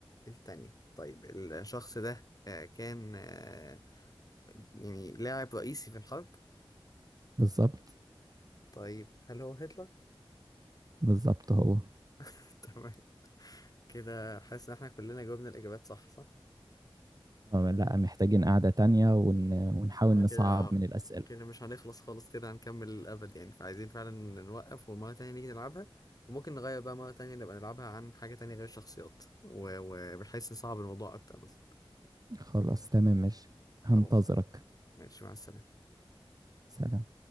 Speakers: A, on the left; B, on the right.
A: التانية طيب الشخص ده آه، كان آه يعني لاعب رئيسي في الحرب
B: بالظبط
A: طيب هل هو هتلر؟
B: بالظبط هو
A: <laughs> تمام كده حاسس ان احنا كلنا جاوبنا الاجابات صح صح
B: أه لا محتاجين قعدة تانية ون... ونحاول
A: احنا كده
B: نصعب من الأسئلة
A: كده مش هنخلص خالص كده هنكمل الابد يعني فعايزين فعلا نوقف ومرة تانية نيجي نلعبها وممكن نغير بقى مرة تانية نبقى نلعبها عن حاجة تانية غير الشخصيات و- وبحيث نصعب الموضوع اكتر بس
B: خلاص تمام ماشي
A: خلاص
B: هنتظرك
A: ماشي مع السلامة
B: سلام